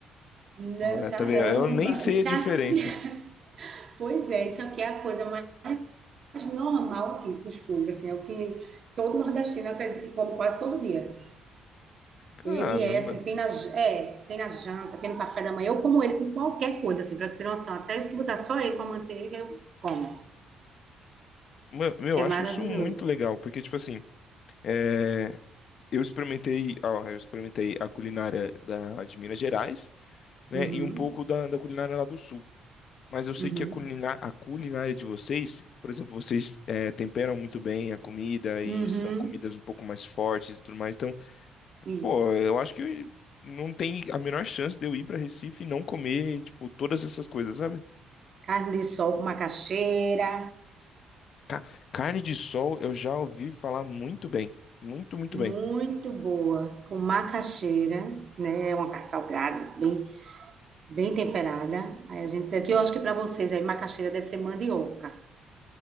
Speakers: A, on the right; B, on the left.
A: Não,
B: Olha,
A: caramba,
B: tá vendo? Eu nem sei
A: isso
B: a diferença.
A: é aqui, <laughs> pois é, isso aqui é a coisa mais normal aqui, cuscuz, assim, é o que todo nordestino eu acredito que come quase todo dia.
B: Caramba.
A: Ele é assim, tem na, j- é, tem na janta, tem no café da manhã, eu como ele com qualquer coisa, assim, pra tu ter noção, até se botar só ele com a manteiga, eu como,
B: Mano, Meu,
A: que
B: eu
A: é
B: acho
A: maravilhoso.
B: isso muito legal, porque, tipo assim, eh, Eu experimentei, ó, eu experimentei a culinária da, de Minas Gerais, né,
A: Uhum,
B: e um pouco da, da culinária lá do Sul. Mas eu sei
A: uhum,
B: que a, culina, a culinária de vocês, por exemplo, vocês eh, temperam muito bem a comida e
A: uhum,
B: são comidas um pouco mais fortes e tudo mais. Então,
A: isso.
B: pô, eu acho que não tem a menor chance de eu ir para Recife e não comer, tipo, todas essas coisas, sabe?
A: Carne de sol com macaxeira,
B: Ca- carne de sol, eu já ouvi falar muito bem, muito, muito
A: Muito
B: bem.
A: boa, com macaxeira, né? É Uma carne salgada, bem, bem temperada. Aí a gente serve, que eu acho que para vocês aí macaxeira deve ser mandioca.